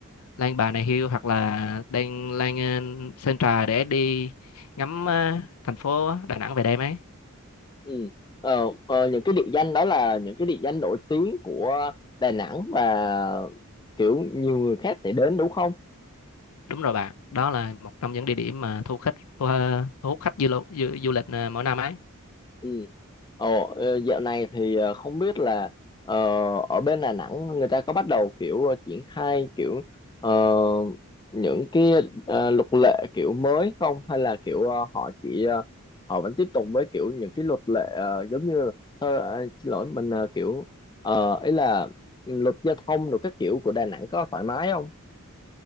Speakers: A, on the left; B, on the left.
A: Lan Bà Nà Hills hoặc là đang Lan ờ, Sơn Trà để đi ngắm ờ, thành phố Đà Nẵng về đêm ấy.
B: Ừ. Ờ, ờ, những cái địa danh đó là những cái địa danh nổi tiếng của Đà Nẵng và kiểu nhiều người khác sẽ đến đúng không?
A: Đúng rồi bạn, đó là một trong những địa điểm mà thu khách thu, ờ, thu hút khách du, lu- du, du lịch ờ, mỗi năm ấy.
B: Ừ. Ồ, ờ, dạo này thì ờ, không biết là ờ, ở bên Đà Nẵng người ta có bắt đầu kiểu ờ, triển khai kiểu ờ, những cái ờ, luật lệ kiểu mới không hay là kiểu ờ, họ chỉ ờ, họ vẫn tiếp tục với kiểu những cái luật lệ ờ, giống như là- thôi ờ, xin lỗi mình ờ, kiểu ờ, ý là ừ, luật giao thông rồi các kiểu của Đà Nẵng có thoải mái không?